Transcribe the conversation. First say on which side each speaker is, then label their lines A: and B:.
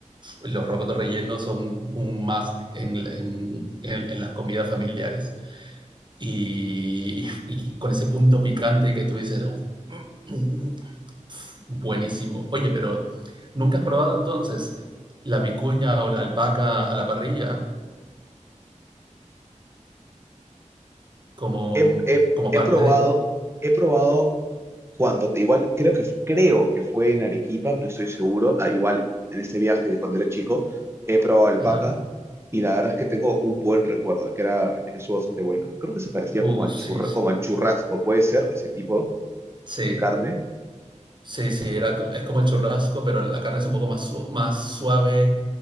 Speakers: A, on the right; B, on the right.
A: los rocotos rellenos son un más en, en- en- en las comidas familiares. Y, y con ese punto picante que tú dices, "Uf, <clears throat> buenísimo. Oye, pero ¿nunca has probado entonces la vicuña o la alpaca a la parrilla como,
B: He, he-
A: como
B: he
A: parte
B: probado,
A: de...
B: he probado cuando, igual creo que, creo que fue en Arequipa, no estoy seguro, ah, igual en este viaje de cuando era chico, he probado alpaca
A: Ajá.
B: y la verdad es que tengo un buen recuerdo de que era, de que estuvo bastante bueno. Creo que se parecía
A: Uh,
B: como al
A: sí,
B: churra,
A: sí.
B: como al churrasco, puede ser ese tipo
A: Sí.
B: de carne.
A: Sí, sí, era, co- es como el churrasco, pero la carne es un poco más, su- más suave